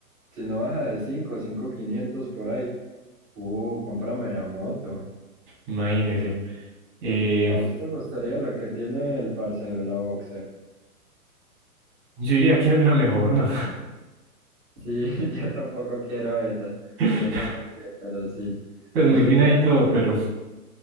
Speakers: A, in the centre; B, on the right.
A: si no baja de cinco, cinco quinientos por ahí. Uh, cómprame la moto.
B: imagínese. Eh,
A: ¿A vos te gustaría la que tiene el parcero, la Boxer?
B: yo diría que hay una mejor, ¿no?
A: Sí, <laughs> yo tampoco quiero esa.
B: <laughs>
A: No sé por qué, pero sí.
B: Pues
A: Y
B: muy
A: eso
B: fina
A: que,
B: y todo, pero